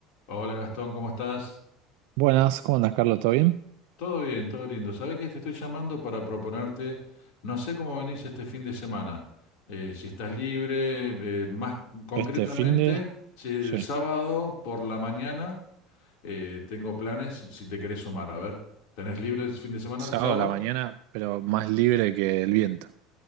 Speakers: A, on the left; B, on the right.
A: Hola Gastón, ¿cómo estás?
B: Buenas, ¿cómo andas, Carlos? ¿Todo bien?
A: Todo bien, todo lindo. Sabes que te estoy llamando para proponerte, no sé cómo venís este fin de semana. Eh, si estás libre, eh, más concretamente,
B: Este fin de...
A: si el
B: Sí,
A: sábado por la mañana eh, tengo planes, si te querés sumar, a ver. ¿Tenés libre el fin de semana
B: sábado
A: el sábado?
B: a la mañana, pero más libre que el viento.